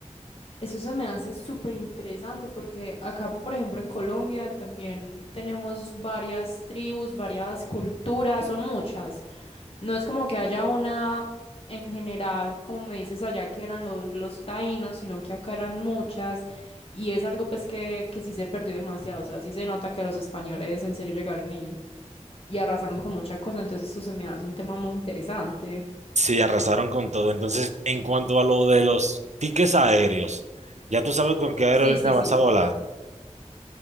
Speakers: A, on the left; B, on the right.
A: Eso se me hace súper interesante porque acá, por ejemplo, en Colombia también tenemos varias tribus, varias culturas, son muchas. No es como que haya una en general, como me dices allá que eran los, los taínos, sino que acá eran muchas y es algo pues que, que sí se perdió demasiado. O sea, sí se nota que los españoles en serio llegaron y, y arrasaron con mucha cosa, entonces esto se me hace un tema muy interesante.
B: Sí, arrasaron con todo. Entonces, en cuanto a lo de los tickets aéreos, ya tú sabes con qué aerolínea
A: Sí, sí,
B: vas
A: sí.
B: a volar.